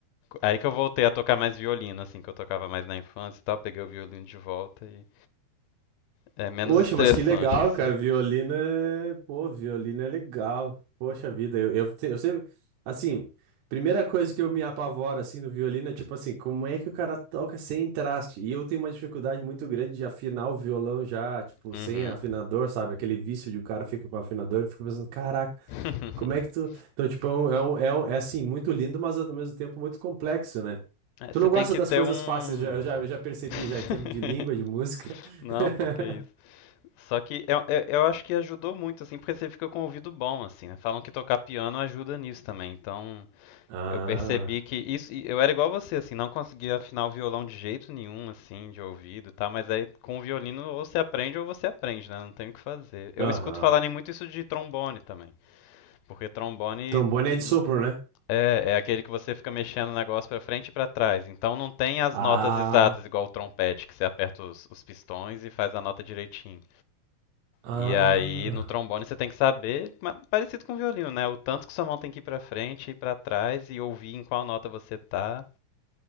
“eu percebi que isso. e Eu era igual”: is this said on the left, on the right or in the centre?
Left